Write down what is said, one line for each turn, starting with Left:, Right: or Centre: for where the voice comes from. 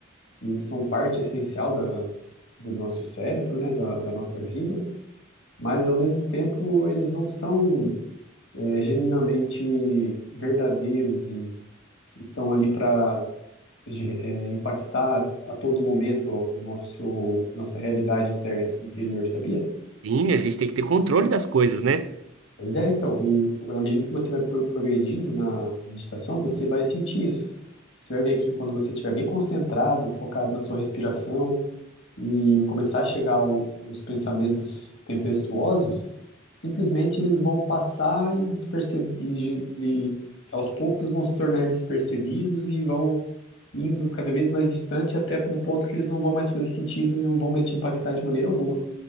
Left: E eles são parte essencial da, do nosso cérebro, né? Da, da nossa vida, mas ao mesmo tempo eles não são, é, genuinamente verdadeiros e estão ali para, impactar a todo momento o nosso, nossa realidade interna, interior, sabia?
Right: sim, a gente tem que ter controle das coisas, né?
Left: Pois é, então, e na medida que você vai pro- progredindo na meditação, você vai sentir isso. Você vai ver que quando você estiver bem concentrado, focado na sua respiração e começar a chegar o- os pensamentos tempestuosos, simplesmente eles vão passar e, desperceb- e, e aos poucos vão se tornar despercebidos e vão indo cada vez mais distante até um ponto que eles não vão mais fazer sentido e não vão mais te impactar de maneira alguma.